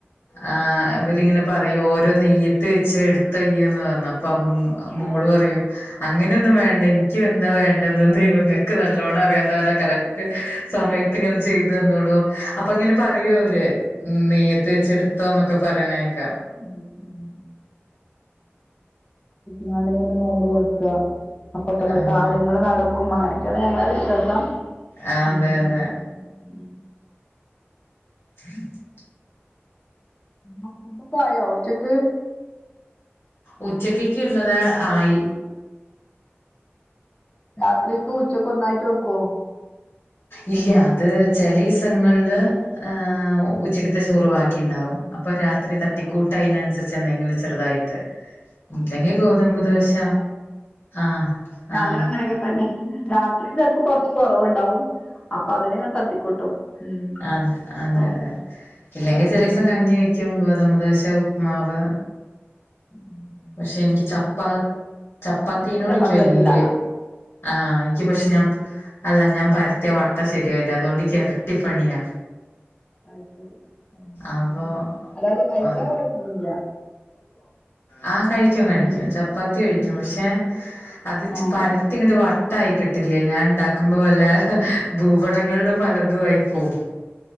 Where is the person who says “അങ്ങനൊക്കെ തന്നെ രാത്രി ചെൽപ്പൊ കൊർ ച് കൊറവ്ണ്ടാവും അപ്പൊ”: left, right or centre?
Left